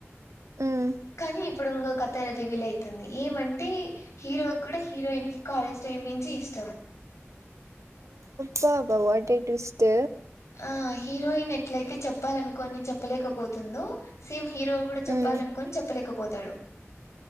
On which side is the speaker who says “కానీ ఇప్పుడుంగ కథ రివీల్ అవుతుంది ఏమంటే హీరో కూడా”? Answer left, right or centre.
Left